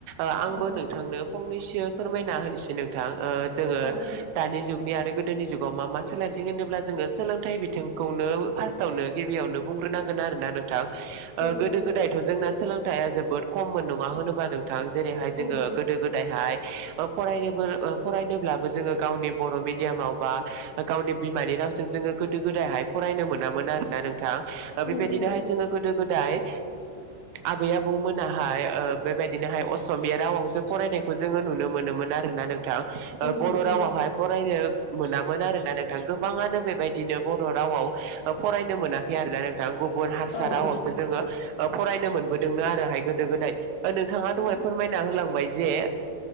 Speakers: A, on the right (about 80°); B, on the left (about 80°).
A: आंबो
B: अ
A: नोंथांनो फंनैसो फोरमायना होनोसै नोंथां जोङो
B: अ
A: दानि जुगनि आरो गोदोनि जुगाव मा मा सोलायदों होनदों अब्ला जोङो सोलोंथाइ बिथिंखौनो फार्स्टआवनो गिबियावनो बुंग्रोनांगोन आरो ना नोंथां
B: उम
A: गोदो
B: उम
A: गोदायथ' जोंना सोलोंथाइया जोबोद खममोन नङा होनबा नों थां जेरैहाय जोङो
B: उम
A: गोदो गोदायहाय फरायनो फरायनोब्लाबो जोङो गावनि बर' मिडियामाव बा गावनि बिमानि जोङो गोदो गोदायहाय फरायनो मोनामोन आरो ना नोंथां बेबायदिनोहाय
B: उम उम
A: जोङो गोदो गोदाय आबै आबौमोनाहाय बेबायदिनोहाय असमिया रावावसो फरायनाय खौ जोङो नुनो मोनोमोन आरोना नों थां
B: उम
A: बर'
B: उम
A: रावावहाय
B: उम
A: फरायनो मोनामोन आरोना नोंथां गोबाङानो बेबायदिनो बर' रावाव फरायनो मोनाखै आरोना नोंथां गुबुन हारसा
B: औ
A: रावावसो
B: औ
A: जोङो फरायनो मोनबोदोंनो आरोहाय गोदो गोदाय नोंथाङा
B: उम
A: दहाय फोरमायना होलांबाय जे